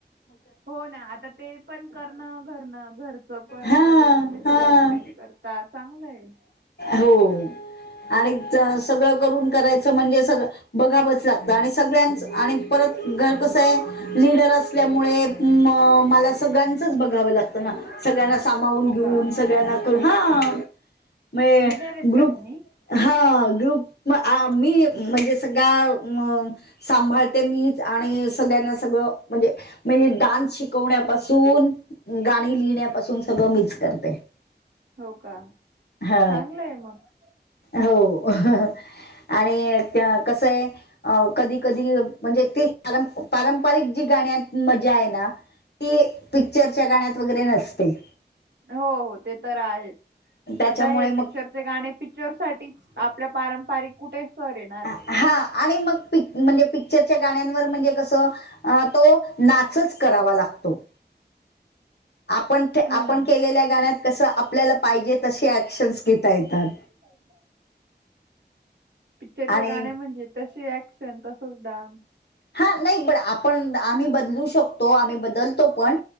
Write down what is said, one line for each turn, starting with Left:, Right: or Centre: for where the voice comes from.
Right: हो ना आता ते पण करणं घरण घर पण
Left: हा
Right: वगैरे तुम्ही सगळं
Left: हा
Right: मॅनेज करता चांगलं आहे
Left: हो आणि चं सगळं रूम करायचं म्हणजे सगळं बघावंच लागतं आणि सगळ्यांचं आणि परत घर कसा आहे लिडर असल्यामुळे मला सगळ्यांचं बघाव लागत ना सगळ्यांना सांभाळून
Right: हो
Left: घेऊन
Right: का
Left: सगळ्यांना हा मग हा
Right: लीडर आहेत
Left: ग्रुप
Right: का तुम्ही
Left: हा ग्रुप अ मी म्हणजे सगळा अ सांभाळते मीच आणि सगळ्यांना सगळं म्हणजे म्हणजे डान्स शिकवण्यापासून गाणी लिहिण्यापासून सगळं मीच करते
Right: हो का
Left: हा
Right: चांगलं आहे मग
Left: हो आणि कस आहे अ कधी कधी म्हणजे ती पारंपारिक जी गाण्यात मजा आहे ना ती पिक्चरच्या गाण्यात वगैरे नसते
Right: हो हो ते तर आहेत
Left: त्याच्यामुळे
Right: आता हे
Left: मग
Right: पिक्चर गाणे पिक्चरसाठीच आपल्या पारंपारिक कुठे सर येणार
Left: हा
Right: आहे.
Left: आणि मग पिक म्हणजे पिक्चरच्या गाण्यांवर म्हणजे कसं अ तो नाचच करावा लागतो आपण ते
Right: हो
Left: आपण
Right: ना
Left: केलेल्या गाण्यात कसं आपल्याला पाहिजे तसे ऍक्शन्स घेता येतात
Right: पायथान पिक्चरच्या
Left: आणि
Right: गाण्या म्हणजे तसे ऍक्शन तसाच डान्स
Left: हा नाही पण आपण आम्ही बदलू शकतो आम्ही बदलतो पण